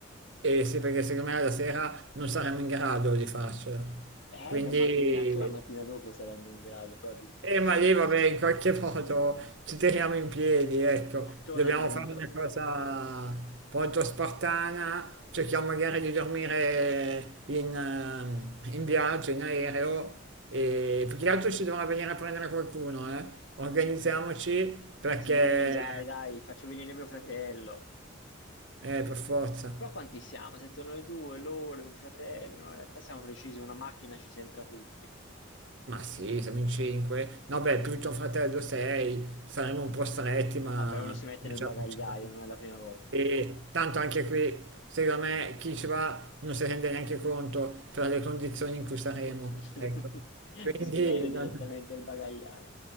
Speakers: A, on the right; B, on the left.
A: E sì, perché secondo me la sera non saremmo in grado di farcela.
B: Eh,
A: Quindi,
B: no, ma anche- neanche la mattina dopo saremmo in grado, probabilmente.
A: eh,
B: <laughs>
A: ma lì vabbè, in qualche <laughs> modo ci tiriamo in piedi, ecco.
B: Gattonando.
A: Dobbiamo fare una cosa molto spartana, cerchiamo magari di dormire in, ehm, in viaggio, in aereo, e più che altro ci dovrà venire a prendere qualcuno, eh. Organizziamoci perché,
B: Sì, dai, dai, faccio venire mio fratello.
A: eh, per forza.
B: Però quanti siamo? Se torno noi due, loro, il fratello, no, in realtà siamo precisi, una macchina ci entra tutti.
A: Ma sì, siamo in 5. No, beh, più tuo fratello 6, saremo un po' stretti, ma
B: Vabbè, uno si mette
A: ma
B: nel
A: ce
B: bagagliaio,
A: la facciamo.
B: non è la prima volta.
A: E tanto anche qui, secondo me, chi ci va non si rende neanche conto per le condizioni in cui saremo.
B: <laughs>
A: Ecco. Quindi,
B: Sviene direttamente
A: non,
B: il bagagliaio.